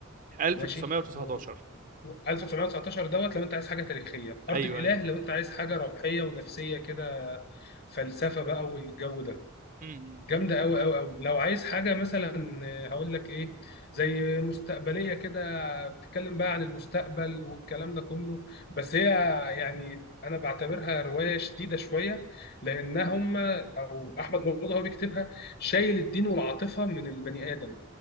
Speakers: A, on the right (about 40°); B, on the left (about 50°).
A: 1919
B: ماشي و و- 1919 دوت لو أنت عايز حاجة تاريخية أرض
A: ايوه
B: الإله
A: ايوه
B: لو أنت عايز حاجة روحية ونفسية كده فلسفة بقى والجو ده
A: أمم، أمم،
B: جامدة
A: أمم.
B: أوي أوي أوي لو عايز حاجة مثلا آه، هقول لك إيه زي مستقبلية كده بتتكلم بقى عن المستقبل والكلام ده كله بس هي يعني أنا بعتبرها رواية شديدة شوية لأنها هم أو أحمد مراد هو بيكتبها شايل الدين والعاطفة من البني آدم